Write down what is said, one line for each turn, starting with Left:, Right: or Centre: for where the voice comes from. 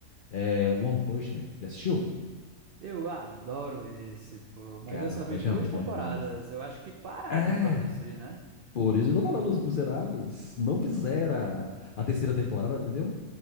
Left: é One Punch Man. Já assistiu?
Right: Eu adoro esse, pô. Mas
Left: Cara,
Right: eu só
Left: One
Right: vi
Left: Punch
Right: duas
Left: Man é bom
Right: temporadas.
Left: demais.
Right: Eu acho que pararam
Left: É!
Right: de produzir, né?
Left: Por isso que eu tô falando, os miseráveis não fizeram a, a terceira temporada, entendeu?